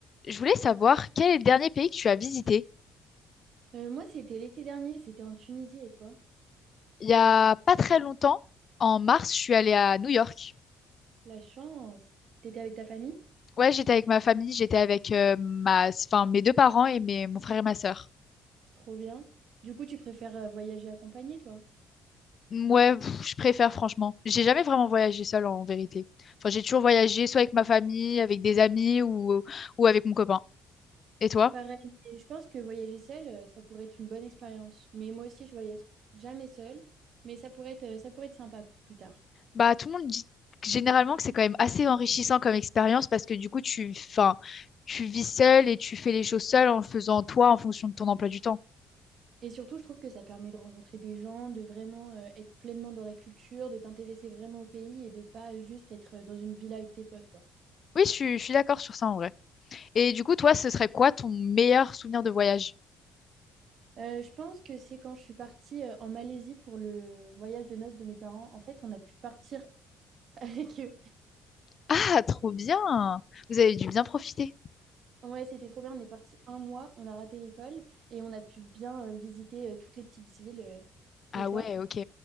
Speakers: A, on the left; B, on the right.
A: Je voulais savoir quel est le dernier pays que tu as visité?
B: Euh, moi, c'était l'été dernier, c'était en Tunisie et toi?
A: Il y a pas très longtemps, en mars, je suis allée à New York.
B: La chance. T'étais avec ta famille?
A: Ouais, j'étais avec ma famille, j'étais avec euh, ma, enfin, mes deux parents et mes, mon frère et ma sœur.
B: Trop bien. Du coup, tu préfères euh, voyager accompagné, toi?
A: Ouais, pff, je préfère franchement. J'ai jamais vraiment voyagé seule en vérité. Enfin, j'ai toujours voyagé soit avec ma famille, avec des amis ou, ou avec mon copain. Et toi?
B: Pareil, et je pense que voyager seul, euh, ça pourrait être une bonne expérience. Mais moi aussi, je voyage jamais seule, mais ça pourrait être, euh, ça pourrait être sympa pour plus tard.
A: Bah, tout le monde dit généralement que c'est quand même assez enrichissant comme expérience parce que du coup, tu, enfin, tu vis seule et tu fais les choses seule en faisant toi en fonction de ton emploi du temps.
B: Et surtout, je trouve que ça permet de rencontrer des gens, de vraiment euh, être pleinement dans la culture, de t'intéresser vraiment au pays et de pas juste être euh, dans une villa avec tes potes, quoi.
A: Oui, je suis, je suis d'accord sur ça en vrai. Et du coup, toi, ce serait quoi ton meilleur souvenir de voyage?
B: Euh, je pense que c'est quand je suis partie euh, en Malaisie pour le voyage de noces de mes parents. En fait, on a pu partir <laughs> avec eux.
A: Ah, trop bien! Vous avez dû bien profiter.
B: Ouais, c'était trop bien. On est parti un mois, on a raté l'école et on a pu bien euh, visiter euh, toutes les petites îles. euh.
A: Ah
B: Et toi?
A: ouais, ok.